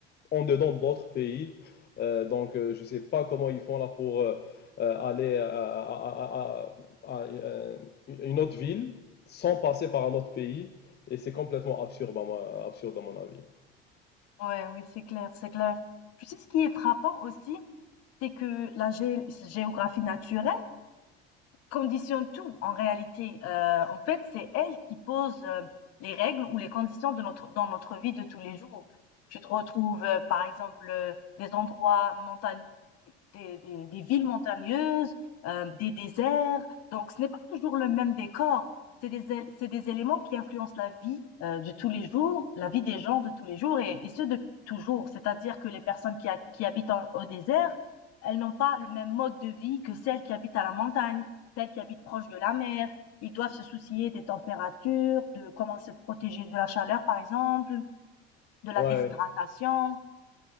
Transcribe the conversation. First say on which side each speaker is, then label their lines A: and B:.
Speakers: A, on the left; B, on the left.
A: en dedans d'autres pays. Euh, donc, euh, je ne sais pas comment ils font là pour euh, euh, aller à, à- à- à- à une autre ville sans passer par un autre pays. Et c'est complètement absurde, à mon- absurde à mon avis.
B: Ouais, oui, c'est clair, c'est clair. Tu sais, ce qui est frappant aussi, c'est que la gé géographie naturelle conditionne tout en réalité. Euh, en fait, c'est elle qui pose euh, les règles ou les conditions de notre, dans notre vie de tous les jours. Tu te retrouves, euh, par exemple, euh, des endroits montagneux des, des, des villes montagneuses, euh, des déserts. Donc, ce n'est pas toujours le même décor. C'est des, él- c'est des éléments qui influencent la vie euh, de tous les jours, la vie des gens de tous les jours, et, et ce depuis toujours. C'est-à-dire que les personnes qui, ha- qui habitent en- au désert, elles n'ont pas le même mode de vie que celles qui habitent à la montagne, celles qui habitent proche de la mer. Ils doivent se soucier des températures, de comment se protéger de la chaleur, par exemple, de la
A: Ouais,
B: déshydratation.